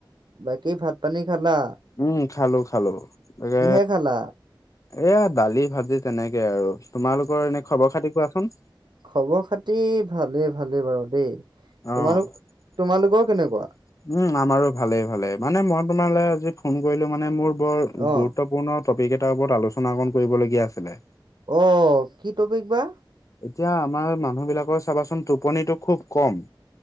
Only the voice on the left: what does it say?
উম খালো খালো তাকে
এইয়া দালি, ভাজি তেনেকে আৰু। তোমালোকৰ এনে খবৰ-খাতি কোৱাচোন?
অ।
উম
আমাৰো ভালেই ভালেই। মানে মই তোমালে আজি ফোন কৰিলো মানে মোৰ বৰ
গুৰুত্বপূৰ্ণ টপিক এটাৰ ওপৰত আলোচনা অকণ কৰিবলগীয়া আছিলে।
এতিয়া আমাৰ মানুহবিলাকৰ চাবাচোন টোপনিটো খুব কম